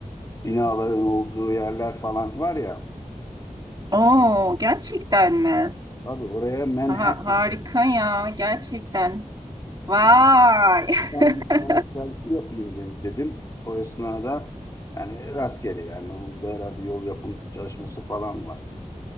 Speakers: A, on the left; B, on the right.
A: binaların olduğu yerler falan var ya.
B: Oo, gerçekten mi?
A: Tabii oraya Manhattan
B: Aha, harika
A: dedim.
B: ya, gerçekten. Vay.
A: Abi, buradan
B: <laughs>
A: bir tane selfie yapayım dem- dedim. O esnada yani rastgele yani burada herhalde yol yapım çalışması falan var.